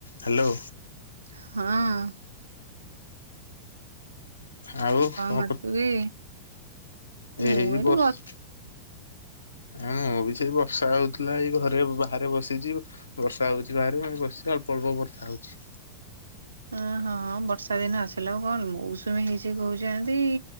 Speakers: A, on the left (about 75°); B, on the right (about 75°).
A: Hello
B: ହଁ
A: ଆଉ
B: କରୁଛୁ
A: ଏ କଣ
B: କି? ମୁଁ
A: ଏୟ
B: ଏଇଠି
A: ବସିଛି। ଆ ବି ସେଇ ବର୍ଷା ହଉଥିଲା ଏଇ ଘରେ ବାହାରେ ବସିଛି। ବର୍ଷା ହଉଛି ବାହାରେ ବସିିଚି ଅଳ୍ପ ଅଳ୍ପ ବର୍ଷା ହଉଛି।
B: ଓ ହଁ ବର୍ଷା ଦିନ ଆସିଲା ଆଉ କଣ ମୌସୁମୀ ହେଇଛି କହୁଛନ୍ତି।